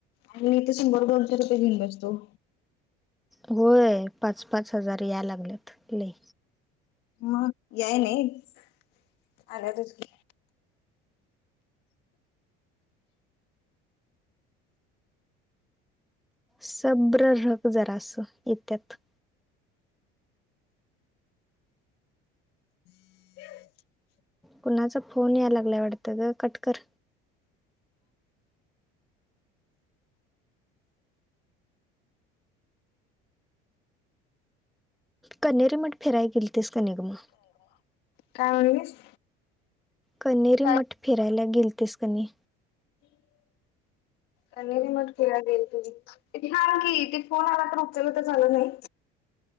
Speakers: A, on the left (about 60°); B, in the centre.
A: आणि ते शंभर दोनशे रुपये घेऊन बसतो.
B: होय, पाच पाच हजार या लागलेत लयऽ
A: मग याय नाही,, आल्यातच की,,
B: सब्र रक जरा अस,, येत्यात.
A: हम्म,
B: कुणाचा फोन या लागलाय वाटतं ग कटकर क रे म्हट फिराय गेलतीस की नाही ग मग?
A: काय म्हणलीस
B: कनेरी
A: काय
B: मठ फिरायला गेलतेस कनी
A: कणेरी मठ फिरायला गेलत की ये थांब की ते फोन आला तर उचला तर चालत नाही